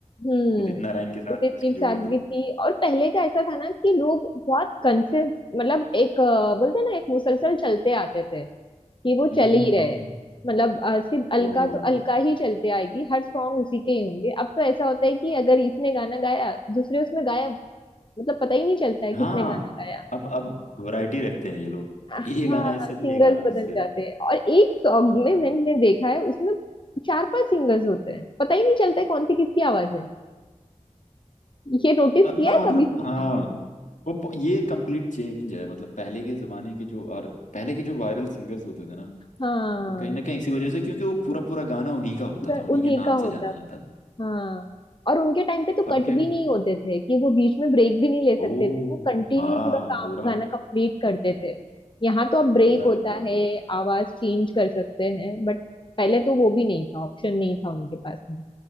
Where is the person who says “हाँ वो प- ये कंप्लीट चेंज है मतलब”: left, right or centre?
Left